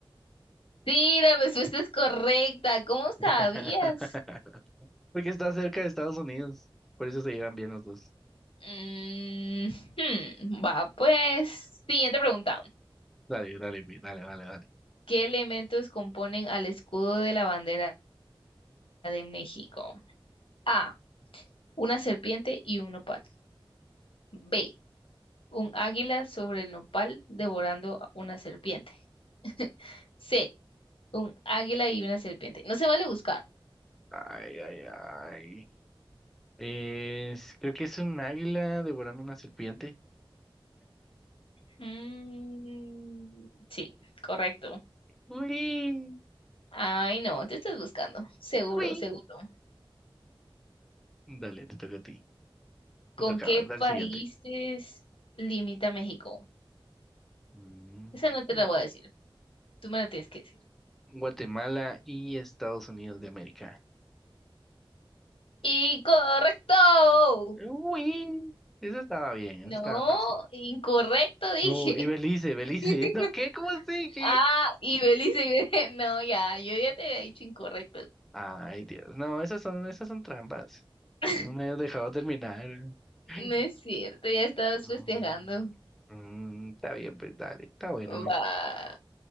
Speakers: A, on the left; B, in the centre.
A: Sí, la respuesta es correcta. ¿Cómo
B: <laughs>
A: sabías?
B: Porque está cerca de Estados Unidos. Por eso se llevan bien los dos.
A: Mm, hmm, va, pues. Siguiente pregunta.
B: Dale, dale, güey, dale, dale, dale.
A: ¿Qué elementos componen al escudo de la bandera de México? A. Una serpiente y un nopal. B. Un águila sobre el nopal devorando a una serpiente. <laughs> C. Un águila y una serpiente. No se vale buscar.
B: Ay, ay, ay. Es, creo que es un águila devorando una serpiente.
A: Mm, sí, correcto.
B: Uy,
A: Ay, no, te estás buscando. Seguro,
B: uy.
A: seguro.
B: Dale, te toca a ti. Te
A: ¿Con
B: toca,
A: qué
B: dale
A: países
B: siguiente.
A: limita México?
B: Mm,
A: Esa no te
B: mm.
A: la voy a decir. Tú me la tienes que decir.
B: Guatemala y Estados Unidos de América.
A: ¡Incorrecto!
B: Uy, eso estaba bien,
A: No,
B: eso estaba fácil.
A: incorrecto dije.
B: No, y Belice, Belice.
A: <laughs>
B: <laughs> No, ¿qué? ¿Cómo así? ¿Qué?
A: Ah, y Belice. y Be- <laughs> No, ya, yo ya te había dicho incorrecto.
B: Ay, Dios. No, esas son, esas son trampas.
A: <laughs>
B: No me hayas dejado terminar. <laughs> Ay.
A: No es cierto, ya estabas
B: Mm,
A: festejando.
B: mm, está bien, pues dale. Está bueno,
A: Va.
B: güey.